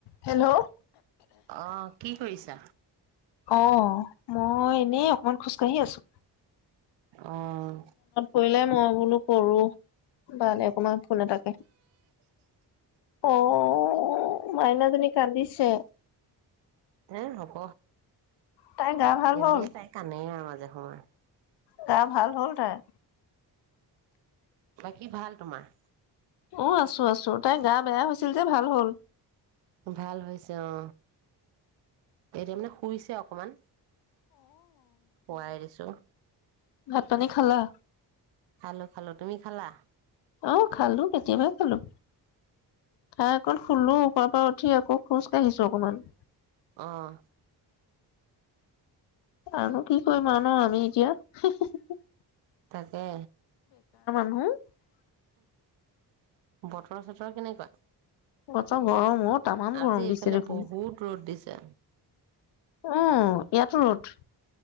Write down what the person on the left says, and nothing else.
হেল্ল' অহউ
অ মই এনেই অকমান খোজ কাঢ়ি আছো।
কৰিলে মই বোলো কৰো বাে অকণমান ফোন এ থাকে আহ মাইনাাজী কান্দিছে।
তাই গা ভাল
হ'ল
গা ভাল হ'ল তাৰ?
অ আছো আছো তাই গা বেয়া হৈছিল যে ভাল হ'ল
অ পানী খালা?
অ খালোঁ, কেতিয়াবাই খালোঁ। খাই অকন শুলোঁ শুৱাৰ পৰ পৰা উঠি আকৌ খোজ কাঢ়িছো অকমান
আৰুনো কি কৰিম আৰু ন, আমি এতিয়া!
উম
অত গৰম অ তটামান
গৰম
দিছে দেখোন
উম ইয়াতো ৰ'দ